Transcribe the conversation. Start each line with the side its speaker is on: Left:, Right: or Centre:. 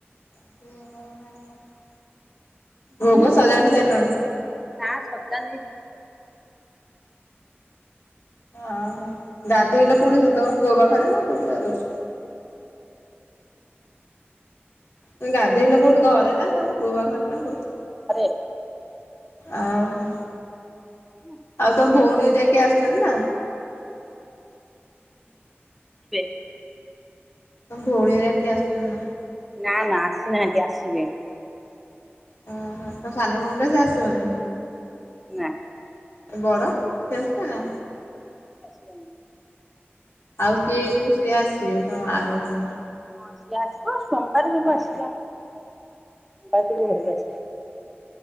Left: <unintelligible> ଭୋଗୋ ସଜାଡି ସାରିଲଣି?
Centre: ନାଁ ସଜାଡ଼ିନି ଯିବି ସଜାଡ଼ିବି।
Left: ଆହୋ, ଗାଧେଇଲ କୋଉଠି? ସେ ତମ କୂଅ ପାଖରେ ନା କୋଉଠି ଗାଧୋଉଛ? ହୁଁ। ଗାଧୋଇଲ କୋଉଠି ଘରେ ନା ତମ କୂଅ ପାଖେରେ ନା କୋଉଠି?
Centre: ଘରେ।
Left: ଆଉ ହଁ,
Centre: ଆସିବେ
Left: ଆଉ ତମ ଭଉଣୀ ହେରିକା କିଏ ଆସିଚନ୍ତି ନା?
Centre: <unintelligible>
Left: ତମ ଭଉଣୀ ହେରିକା କିିଏ ଆସିଚନ୍ତି ନା?
Centre: ନା ନା ଆସିନାହାନ୍ତି ଆସିବେ।
Left: ଓହୋଃ, ତମ ସାନ ଭଉଣୀ ତ ସେ ଆସିବନି?
Centre: ନା।
Left: ଆଉ ବଡ଼ ସେ ଆସିବ ନା?
Centre: ସିଏ ଆସିବନି।
Left: ଆଉ କିଏ? ଯୋଉ ସିଏ ଆସିବେ ତମ ଆର ଭଉଣୀ।
Centre: ହଁ ସିଏ ଆସିବ। ସୋମବାରେ ସବୁ ଆସିବେ, ଆମର କାମ ଅଛି ସୋମବାରେ ସବୁ ବନ୍ଧୁ ଆସିବେ।